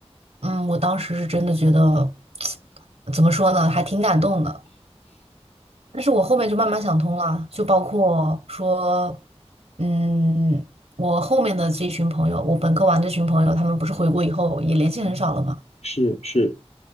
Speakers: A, on the right; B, on the left.
A: 嗯，我当时是真的觉得，<tsk> 怎么说呢，还挺感动的。但是我后面就慢慢想通了，就包括说，嗯，我后面的这群朋友，我本科玩这群朋友，他们不是回国以后也联系很少了嘛。
B: 嗯，是是，